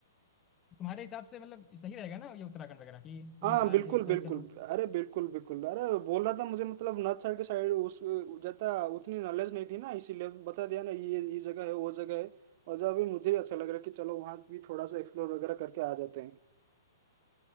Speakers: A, on the left; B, on the right.
A: तुम्हारे हिसाब से मतलब सही रहेगा ना ये उत्तराखंड वगैरह की तुम
B: हाँ
A: बता
B: बिल्कुल
A: रहे थे इस साइड
B: बिल्कुल
A: चलो
B: अरे बिल्कुल बिल्कुल अरे बोल रहा था मुझे मतलब नॉर्थ साइड के साइड उस ज्यादा उतनी नॉलेज नहीं थी ना इसीलिए बता दिया ना ये ये जगह है वो जगह है और जब अभी मुझे भी अच्छा लग रहा है कि चलो वहाँ भी थोड़ा सा एक्सप्लोर वगैरह करके आ जाते हैं